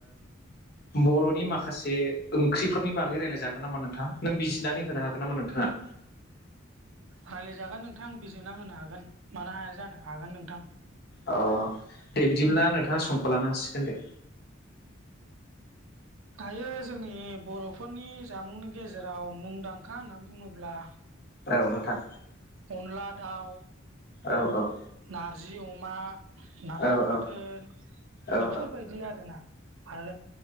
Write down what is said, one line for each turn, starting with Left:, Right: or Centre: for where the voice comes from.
Left: बर'नि माखासे ओंख्रिफोरनि बागै रायज्लाय जागोन नामा नोंथां नों बिजिरनानै होनो हागोन नामा नोंथाङा
Right: रायज्लायजागोन नोंथां आं बिजिरना होनो हागोन मानो हाया जानो हागोन नोंथां
Left: अ दे बिदिब्ला नोंथाङा समखौ लानो हासिगोन दे
Right: दायो जोंनि बर'फोरनि जामुंनि गेजेराव मुंदांखा होननानै बुङोब्ला
Left: औ नोंथां
Right: अनला दाउ
Left: औ औ
Right: नारजि अमा नाफाम
Left: औ
Right: बाथोन
Left: औ औ
Right: बेफोरबायदि आरोना आरो